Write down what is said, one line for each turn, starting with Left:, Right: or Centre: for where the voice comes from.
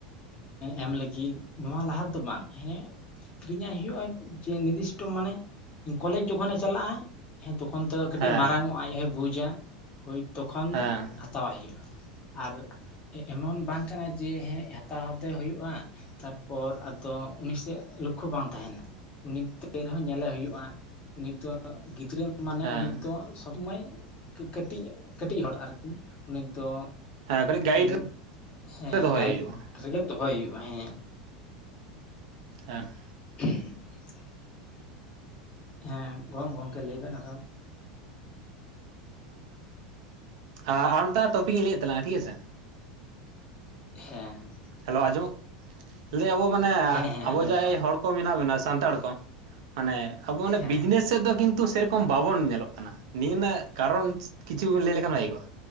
Left: ᱮᱢ ᱞᱟᱹᱜᱤᱫ ᱱᱚᱣᱟ ᱞᱟᱦᱟ ᱫᱚ ᱵᱟᱝ ᱦᱮᱸ ᱠᱤᱨᱤᱧᱟᱭ ᱦᱩᱭᱩᱜᱼᱟ ᱡᱮ ᱱᱤᱨᱫᱤᱥᱴᱚ ᱢᱟᱱᱮ ᱠᱚᱞᱮᱡᱽ ᱡᱚᱠᱷᱚᱱᱮ ᱪᱟᱞᱟᱜᱼᱟ ᱦᱮᱸ ᱛᱚᱠᱷᱚᱱ ᱛᱮᱫᱚ ᱠᱟᱹᱴᱤᱡ
Right: ᱦᱮᱸ
Left: ᱢᱟᱨᱟᱝ ᱚᱭᱟᱭ ᱟᱡ ᱦᱚᱸᱭ ᱵᱩᱡᱟ ᱦᱳᱭ ᱛᱚᱠᱷᱚᱱ
Right: ᱦᱮᱸ
Left: ᱦᱟᱛᱟᱣᱟᱭ ᱦᱩᱭᱩᱜᱼᱟ ᱟᱨ ᱮ ᱮᱢᱚᱱ ᱵᱟᱝ ᱠᱟᱱᱟ ᱡᱮ ᱦᱮᱸ ᱦᱟᱛᱟᱣ ᱛᱮ ᱦᱳᱭᱳᱜᱼᱟ ᱛᱟᱨ ᱯᱚᱨ ᱟᱫᱚ ᱩᱱᱤ ᱥᱮᱜ ᱞᱚᱠᱠᱷᱚ ᱵᱟᱝ ᱛᱟᱦᱮᱱᱟ ᱩᱱᱤ ᱛᱟᱹᱭ ᱨᱮᱦᱚᱸ ᱧᱮᱞᱮ ᱦᱩᱭᱩᱜᱼᱟ ᱩᱱᱤ ᱫᱚ ᱜᱤᱫᱽᱨᱟᱹ ᱢᱟᱱᱮ
Right: ᱦᱮᱸ
Left: ᱩᱱᱤ ᱫᱚ ᱥᱚᱢᱚᱭ ᱠᱟᱹᱴᱤᱡ ᱠᱟᱹᱴᱤᱡ ᱦᱚᱲ ᱟᱨᱠᱤ ᱩᱱᱤ ᱫᱚ
Right: ᱦᱮᱸ ᱠᱟᱹᱴᱤᱡ ᱜᱟᱭᱤᱰ
Left: ᱩᱸ ᱦᱮᱸ
Right: ᱨᱮ ᱫᱚᱦᱚᱭ
Left: ᱜᱟᱭᱤᱰ
Right: ᱦᱩᱭᱩᱜᱼᱟ
Left: ᱨᱮᱜᱮ ᱫᱚᱦᱚᱭ ᱦᱩᱭᱩᱜᱼᱟ ᱦᱮᱸ
Right: ᱦᱮᱸ
Left: <unintelligible> ᱦᱮᱸ ᱜᱚᱝ ᱜᱚᱝᱠᱮ ᱞᱟᱹᱭ ᱵᱮᱱ ᱟᱨᱦᱚᱸ
Right: ᱟ ᱟᱨ ᱴᱚᱯᱤᱠᱤᱧ ᱞᱟᱹᱭᱮᱫ ᱛᱟᱞᱟᱝᱟ ᱴᱷᱤᱠ ᱟᱪᱷᱮ
Left: ᱦᱮᱸ ᱦᱮᱸ
Right: ᱦᱮᱞᱳ ᱟᱸᱚᱢᱚᱜ ᱞᱟᱹᱭ ᱟᱵᱚ ᱢᱟᱱᱮ
Left: ᱦᱮᱸ ᱦᱮᱸ
Right: ᱟᱵᱚ
Left: ᱟᱸᱡᱚᱢᱚᱜ
Right: ᱡᱟᱭ
Left: ᱠᱟᱱᱟ
Right: ᱦᱚᱲ ᱢᱮᱱᱟᱜ ᱵᱚᱱᱟ ᱥᱟᱱᱛᱟᱲ ᱠᱚ ᱢᱟᱱᱮ ᱟᱵᱚ ᱚᱱᱮ
Left: ᱦᱮᱸ
Right: ᱵᱤᱡᱽᱱᱮᱥ ᱥᱮᱫ ᱫᱚ ᱠᱤᱱᱛᱩ ᱥᱮᱨᱚᱠᱚᱢ ᱠᱚᱢ ᱵᱟᱵᱚᱱ ᱧᱮᱞᱚᱜ ᱠᱟᱱᱟ ᱱᱤᱭᱟᱹ ᱱᱟᱜ ᱠᱟᱨᱚᱱ ᱠᱤᱪᱷᱩ ᱞᱟᱹᱭ ᱞᱮᱠᱷᱟᱱᱼᱟ ᱠᱷᱟᱜᱮ ᱠᱚᱜᱼᱟ